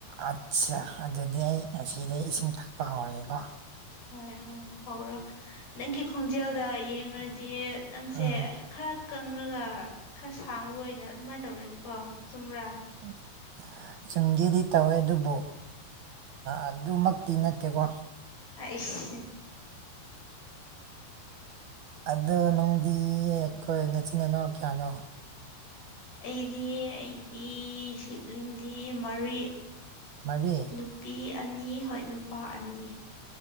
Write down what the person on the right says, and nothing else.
ꯑꯠꯆꯥ ꯑꯗꯨꯗꯤ ꯑꯩ ꯉꯁꯤꯗꯒꯤ ꯏꯁꯤꯡ ꯊꯛꯄ ꯍꯧꯔꯒꯦꯀꯣ
ꯎꯝ
ꯇ <inaudible> <unintelligible> ꯆꯨꯝꯒꯦꯗꯤ ꯇꯧꯋꯦ ꯑꯗꯨꯕꯨ ꯑꯗꯨꯃꯛꯇꯤ ꯅꯠꯇꯦꯀꯣ
ꯑꯗꯣ ꯅꯪꯗꯤ ꯑꯩꯈꯣꯏ ꯅꯆꯤꯟ ꯅꯥꯅꯥꯎ ꯀꯌꯥꯅꯣ
ꯃꯔꯤ